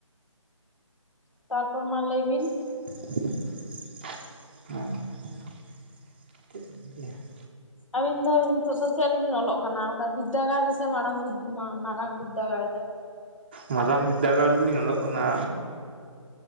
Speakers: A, on the left (about 75°); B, on the right (about 20°).
A: ᱛᱟᱨᱯᱚᱨ ᱢᱟ ᱞᱟᱹᱭ ᱵᱤᱱ᱾
B: <unintelligible>
A: ᱟᱵᱤᱱ ᱫᱚ ᱱᱤᱛᱚᱜ ᱫᱚ ᱪᱮᱜ ᱨᱮᱵᱤᱱ ᱚᱞᱚᱜ ᱠᱟᱱᱟ, ᱚᱝᱠᱟ ᱵᱤᱫᱽᱫᱟᱹᱜᱟᱲ ᱨᱮᱥᱮ ᱢᱟᱲᱟᱲᱝ ᱵᱤᱫ ᱢᱟᱨᱟᱝ ᱵᱤᱫᱽᱫᱟᱹᱜᱟᱲ ᱨᱮ?
B: ᱢᱟᱨᱟᱝ ᱵᱤᱫᱽᱫᱟᱹᱜᱟᱲ ᱨᱮᱞᱤᱧ ᱚᱞᱚᱜ ᱠᱟᱱᱟ᱾